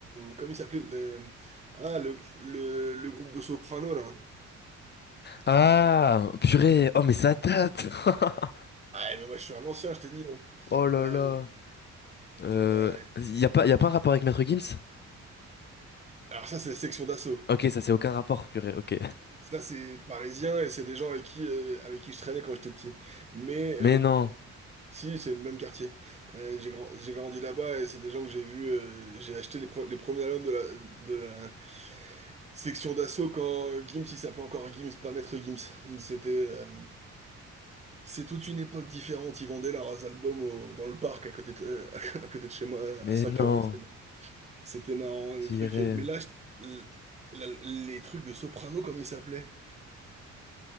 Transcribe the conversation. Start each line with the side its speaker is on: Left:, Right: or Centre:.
Right: comment il s'appelait? le- Ah, le, le, le groupe de soprano, là.
Left: Ah, purée. Oh, mais ça date. <laughs>
Right: Ah, mais moi, je suis un ancien, je t'ai dit. hein.
Left: Oh là
Right: Euh,
Left: là. Euh,
Right: euh,
Left: y a pas, y a pas un rapport avec Maître Gims?
Right: alors ça, c'est la section d'assaut.
Left: Ok, ça c'est aucun rapport, purée. Ok.
Right: Ça, c'est parisien et c'est des gens avec qui, euh, avec qui je traînais quand j'étais petit. Mais euh,
Left: Mais non.
Right: si, c'est le même quartier. Euh, j'ai grand- j'ai grandi là-bas et c'est des gens que j'ai vus. euh, j'ai acheté les, pre- les premiers albums de la, de la section d'assaut quand Gims, il s'appelait encore Gims, pas Maître Gims. C'était, euh, c'est toute une époque différente. Ils vendaient leurs albums au- dans le parc à côté de, euh, <laughs> à côté de chez moi
Left: Mais
Right: à 5
Left: non.
Right: euros. C'était marrant. C'était marrant, des
Left: Tiré.
Right: trucs. Mais là, je- l- la- les trucs de Soprano, comme ils s'appelaient.